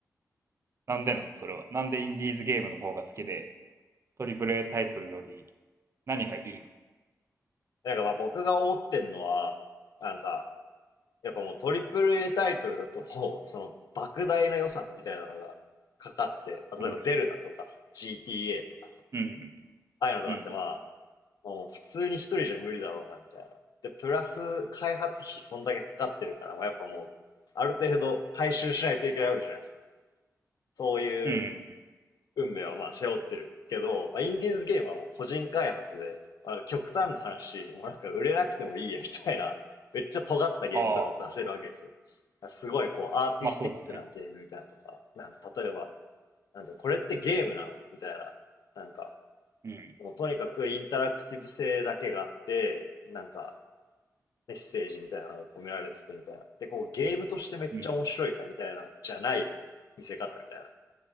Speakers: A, on the right; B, on the left.
A: なんでなそれは。なんでインディーズゲームの方が好きで、トリプル a タイトルより何がいいの
B: なんかまあ僕が思ってんのは、なんか、やっぱもうトリプル A タイトルだともう、その莫大な予算みたいなのがかかって、例えばゼルダとかさ
A: うん。
B: GTA とかさ、
A: うん。
B: ああいうのとかってまあ、
A: うん。
B: もう普通に一人じゃ無理だろうな、みたいな。で、プラス開発費そんだけかかってるから、まあやっぱもう、ある程度回収しないといけないわけじゃないですか。そういう
A: うん。うん。
B: 運命はまあ背負ってるけど、まあ、インディーズゲームはもう個人開発で、まあ、極端な話、もうなんか売れなくてもいいやみたいな、<laughs> めっちゃ尖ったゲームとかも出せるわけですよ。
A: ああ。
B: すごいこうアーティスティックなゲームみたいなとか、
A: まあそうだね。
B: なんか例えば、なんてこれってゲームなのみたいな、なんか、
A: うん。
B: もうとにかくインタラクティブ性だけがあって、なんかメッセージみたいなのが込められててみたいな。で、こうゲームとしてめっちゃ面白いかみたいな、
A: うん。
B: じゃない見せ方みたいな。